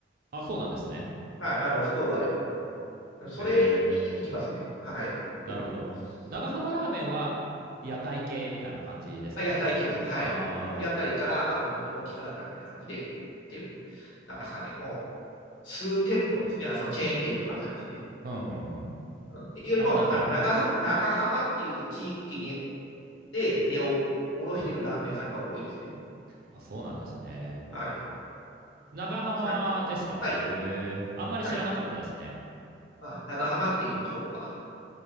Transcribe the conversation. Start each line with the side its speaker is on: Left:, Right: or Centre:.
Right: あ、そうなんですね。
Left: はい、あの、福岡でも。それに行きますね。
Right: へえ、
Left: はい。よく。
Right: なるほど。長浜ラーメンは屋台系みたいな感じですか
Left: うん。あ屋台系ですね。はい。
Right: ああ
Left: もう屋台からもうどんどん大きくなったみたいな感じで、てなんですかね、もう数店舗ですね。あ、そのチェーン店とかじゃなくて。
Right: ー、うんうんうん。
Left: うんっていうよりも、
Right: あ、もうなんか、
Left: あの長浜、長浜っていう地域にで根を下ろしてるラーメン屋さんが多いですね。
Right: あ、そうなんですね。
Left: はい。
Right: 長浜ですかへえ、
Left: ちなみに、はい、
Right: あんまり知らなかったですね。
Left: はい。あ、長浜っていうところが、